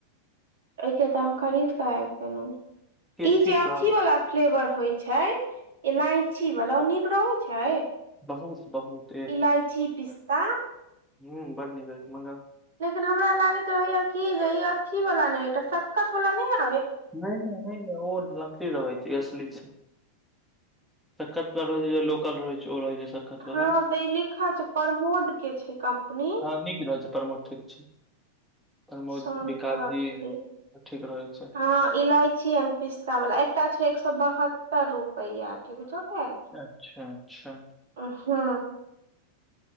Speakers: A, on the right; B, in the centre.
A: ओके तऽ हम खरीद कऽ आबि गेलेलहुँ
B: केथी
A: ई जे अथी
B: सँ
A: वला फ्लेवर होइ छै इलायची वाला ओ नीक रहै छै
B: बहुत बहुत
A: इलायची पिस्ता
B: ह्मँ बड्ड निक रहे छै मंगाउ
A: लेकिन हमरा लागैत रहे य कि जे ई अचथी वाला नहि एकटा सक्कत वाला नहि य
B: नहि नहि नहि नहि ओ लकड़ी रहै छै एसलीस सखत वल रहे छै लोकल रहै छै ओ रह सक्कत
A: हँ
B: छै वाला
A: तऽ ई लिखल छै प्रमोद के छै कम्पनी
B: हं नीकि रह रहल छै परमो ठीक छै प्रमोद
A: सोनपापड़ी
B: विकास जी ठीक रहै छै
A: हँ इलाइची चियन पिस्ता वाला एकटा छै एक सए बहत्तर रुपआ के बुझौे
B: अच्छा अच्छा
A: हँ